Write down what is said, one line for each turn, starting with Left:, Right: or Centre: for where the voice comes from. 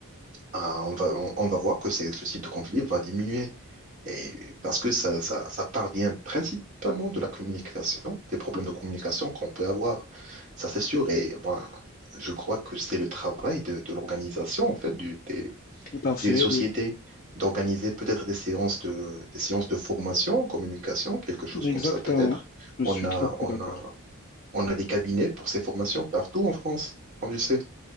Right: ah, on va, on, on va voir que c'est, ce type de conflit va diminuer. Et parce que ça, ça, ça parvient principalement de la communication, des problèmes de communication qu'on peut avoir. Ça, c'est sûr. Et bon, je crois que c'est le travail de, de l'organisation, en fait, du- des,
Left: tout à fait,
Right: des sociétés,
Left: oui.
Right: d'organiser peut-être des séances de, des séances de formation en communication, quelque chose
Left: Exactement.
Right: comme ça, peut-être.
Left: Je suis
Right: On a,
Left: tout à
Right: on
Left: fait d'accord.
Right: a, on a des cabinets pour ces formations partout en France, comme tu sais.